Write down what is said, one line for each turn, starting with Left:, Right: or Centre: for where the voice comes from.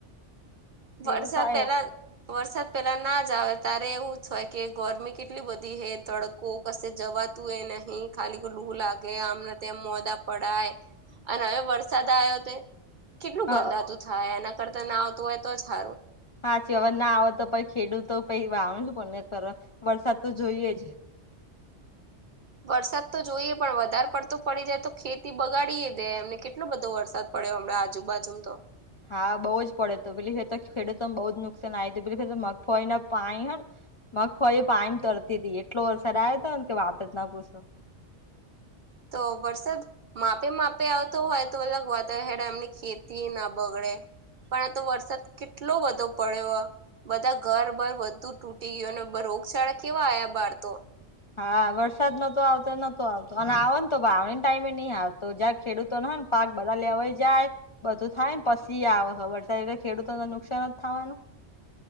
Right: વરસાદ
Left: એવું થાય
Right: પેલા વરસાદ પેલા ના જ આવે ત્યારે એવું હોય કે ગરમી કેટલી બધી હે તડકો કો કશે જવાતું એ નહી, ખાલી લું લાગે આમને ત્યા મોદા પડાય અને હવે વરસાદ આવ્યો તે કેટલું
Left: હા
Right: ગંદાતું થાય, એના કરતા ના આવતું હોય તો જ સારુ
Left: હા છે હવે ના આવેત તો છે, ખેડૂતો તો પછી વાવું પને વરસાદ તો જોઈએ જ
Right: વરસાદ તો જોઈએ પણ વધારે પડતું પડી જાય, તો ખેતી બગાડીએ દે એમને કેટલો બધો વરસાદ પડ્યો હમણા આજુબાજુ તો
Left: હા બઉ જ પડે તો પેલી ફેર તો ખેડૂતોને બઉ જ નુકસાન આ પે તો મગફળી ના પાણી હો ને મગફળી પાણીમાં તરતી હતી એટલો વરસાદ આયો હતો ને કે વાત જ ના પૂછો
Right: તો વરસાદ માપે માપે આવતો હોય, તો અલગ વાતા હે એમની ખેતી ના બગડે પણ આ તો વરસાદ કેટલો બધો પડ્યો બધા ઘર બર બધું તૂટી ગયું ને રોગચાળા કેવા આવ્યા બહાર તો
Left: હા, વરસાદ નતો આવતો નતો આવતો અને આવને તો વાવણીને ટાઈમે નહી આવતો જ્યાંરે ખેડૂતો ને પાક બધા લેવાઈ જાય બધું થાય ને પછી આવે વરસાદ એટલે ખેડૂતોને નુકસાન જ થવાનુ